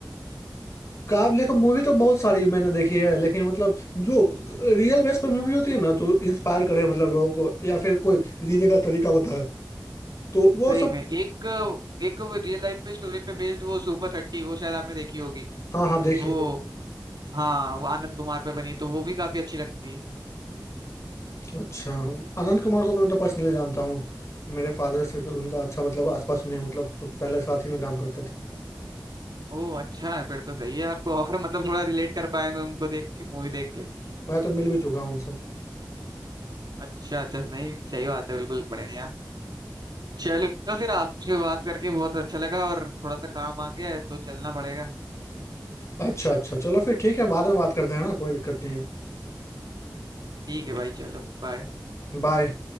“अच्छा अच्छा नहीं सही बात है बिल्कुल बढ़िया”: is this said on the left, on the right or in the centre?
Right